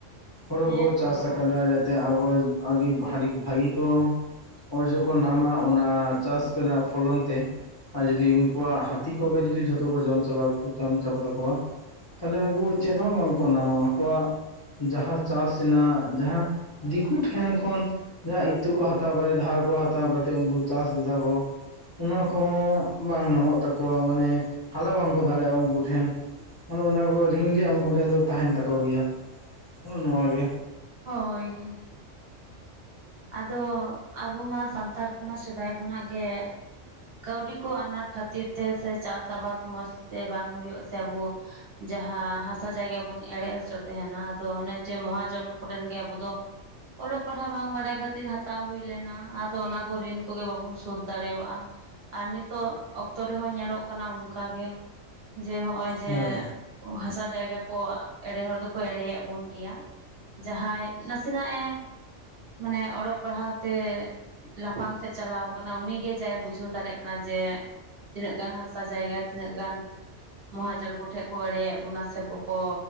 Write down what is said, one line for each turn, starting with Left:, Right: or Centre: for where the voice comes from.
Left: ᱦᱳᱲᱳ
Right: ᱦᱮᱸᱛᱚ
Left: ᱠᱚ ᱪᱟᱥ ᱠᱟᱫᱟ ᱡᱟᱛᱮ ᱟᱵᱚ <unintelligible> ᱵᱷᱟᱹᱜᱤ ᱠᱚ ᱚᱨᱡᱚ ᱠᱚ ᱱᱟᱢᱟ ᱚᱱᱟ ᱪᱟᱥ ᱠᱚ ᱨᱮᱱᱟᱜ ᱯᱷᱚᱞᱚᱱ ᱛᱮ ᱟᱨ ᱡᱩᱫᱤ ᱩᱱᱠᱩᱣᱟᱜ ᱛᱤ ᱠᱚᱜᱮ ᱡᱩᱫᱤ ᱡᱷᱚᱛᱚ ᱠᱚ ᱡᱚᱢ ᱪᱟᱵᱟ ᱡᱚᱱ ᱪᱟᱵᱟ ᱛᱟᱠᱚᱣᱟ ᱛᱟᱦᱞᱮ ᱩᱱᱠᱩ ᱪᱮᱫ ᱦᱚᱸ ᱵᱟᱝᱠᱚ ᱱᱟᱢᱟ ᱟᱠᱚᱣᱟᱜ ᱡᱟᱦᱟᱸ ᱪᱟᱥ ᱨᱮᱱᱟᱜ ᱡᱟᱦᱟᱸ ᱫᱤᱠᱩ ᱴᱷᱮᱱ ᱠᱷᱚᱱ ᱡᱟᱦᱟᱸ ᱤᱛᱟᱹ ᱠᱚ ᱦᱟᱛᱟᱣ ᱠᱟᱛᱮ ᱫᱷᱟᱨ ᱠᱚ ᱦᱟᱛᱟᱣ ᱠᱟᱛᱮ ᱩᱱᱠᱩ ᱪᱟᱥ ᱞᱮᱫᱟ ᱠᱚ ᱚᱱᱟ ᱠᱚᱦᱚᱸ ᱵᱟᱝ ᱱᱟᱢᱚᱜ ᱛᱟᱠᱚᱣᱟ ᱢᱟᱱᱮ ᱦᱟᱞᱟ ᱵᱟᱝᱠᱚ ᱫᱟᱲᱮᱭᱟᱜᱼᱟ ᱩᱱᱠᱩ ᱴᱷᱮᱱ ᱚᱱᱚ ᱚᱱᱟ ᱠᱚ ᱨᱤᱱ ᱜᱮ ᱩᱱᱠᱩᱴᱷᱮᱱ ᱫᱚ ᱛᱟᱦᱮᱱ ᱛᱟᱠᱚ ᱜᱮᱭᱟ ᱱᱚᱣᱟ ᱜᱮ
Right: ᱦᱳᱭ ᱟᱫᱚ ᱟᱵᱚ ᱢᱟ ᱥᱟᱱᱛᱟᱲ ᱠᱚᱢᱟ ᱥᱮᱫᱟᱭ ᱠᱷᱚᱱᱟᱜ ᱜᱮ ᱠᱟᱹᱣᱰᱤ ᱠᱚ ᱟᱱᱟᱴ ᱠᱷᱟᱹᱛᱤᱨ ᱛᱮ ᱥᱮ ᱪᱟᱥ ᱟᱵᱟᱫ ᱢᱚᱸᱡᱽ ᱛᱮ ᱵᱟᱝ ᱦᱳᱭᱳᱜ ᱥᱮ ᱟᱵᱚ ᱡᱟᱦᱟᱸ ᱦᱟᱥᱟ ᱡᱟᱭᱜᱟ ᱵᱚᱱ ᱮᱲᱮ ᱦᱚᱪᱚᱜ ᱛᱟᱦᱮᱱᱟ ᱟᱫᱚ ᱚᱱᱮ ᱡᱮ ᱢᱚᱦᱟᱡᱚᱱ ᱠᱚᱴᱷᱮᱱ ᱜᱮ ᱟᱵᱚ ᱫᱚ ᱚᱞᱚᱜ ᱯᱟᱲᱦᱟᱣ ᱵᱟᱝ ᱵᱟᱲᱟᱭ ᱠᱷᱟᱹᱛᱤᱨ ᱦᱟᱛᱟᱣ ᱦᱩᱭ ᱞᱮᱱᱟ, ᱟᱫᱚ ᱚᱱᱟ ᱠᱚ ᱨᱤᱱ ᱠᱚᱜᱮ ᱵᱟᱵᱚᱱ ᱥᱳᱫᱷ ᱫᱟᱲᱮᱭᱟᱜᱼᱟ᱾ ᱟᱨ ᱱᱤᱛᱚᱜ ᱚᱠᱛᱚ ᱨᱮᱦᱚᱸ ᱧᱮᱞᱚᱜ ᱠᱟᱱᱟ ᱚᱱᱠᱟᱜᱮ, ᱡᱮ ᱱᱚᱜᱼᱚᱭ ᱡᱮ
Left: ᱦᱳᱭ
Right: ᱦᱟᱥᱟ ᱡᱟᱭᱜᱟ ᱠᱚ ᱮᱲᱮ ᱦᱚᱲ ᱫᱚᱠᱚ ᱮᱲᱮᱭᱮᱫ ᱵᱚᱱ ᱜᱮᱭᱟ᱾ ᱡᱟᱦᱟᱸᱭ ᱱᱟᱥᱮᱱᱟ ᱮ ᱢᱟᱱᱮ ᱚᱞᱚᱜ ᱯᱟᱲᱦᱟᱣ ᱛᱮ ᱞᱟᱯᱷᱟᱝ ᱥᱮᱫ ᱪᱟᱞᱟᱣ ᱠᱟᱱᱟ ᱩᱱᱤᱜᱮ ᱡᱟᱭ ᱵᱩᱡᱷᱟᱹᱣ ᱫᱟᱲᱮᱭᱟᱜ ᱠᱟᱱᱟ ᱡᱮ ᱛᱤᱱᱟᱹᱜ ᱜᱟᱱ ᱦᱟᱥᱟ ᱡᱟᱭᱜᱟ ᱛᱤᱱᱟᱹᱜ ᱜᱟᱱ ᱢᱚᱦᱟᱡᱚᱱ ᱠᱚᱴᱷᱮᱱ ᱠᱚ ᱮᱲᱮ-ᱮᱫ ᱵᱚᱱᱟ ᱥᱮ ᱵᱚᱠᱚ